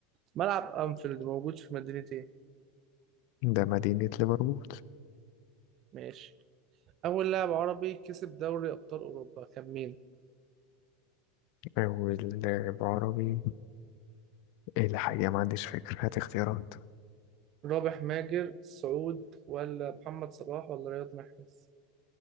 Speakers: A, on the right; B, on the left.
A: ملعب أنفيلد موجود في مدينة ايه
B: ده مدينة ليفربول
A: ماشي أول لاعب عربي كسب دوري أبطال أوروبا كان مين؟
B: والعربي الحقيقة ما عنديش فكرة هات اختيارات
A: رابح ماجر سعود ولا محمد صلاح ولا رياض محرز؟